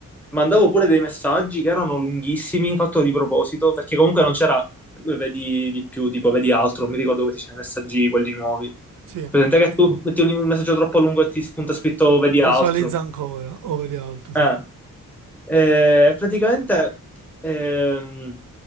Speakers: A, in the centre; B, on the right.
A: mandavo pure dei messaggi che erano lunghissimi, fatto di proposito, perché comunque non c'era, eh, vedi di più, tipo vedi altro, non mi ricordo questi c'erano i messaggi, quelli nuovi.
B: Sì,
A: Presente che tu metti un un messaggio troppo lungo e ti spunta scritto vedi
B: visualizza
A: altro.
B: ancora, over alto, sì.
A: Eh. Eh, praticamente ehm,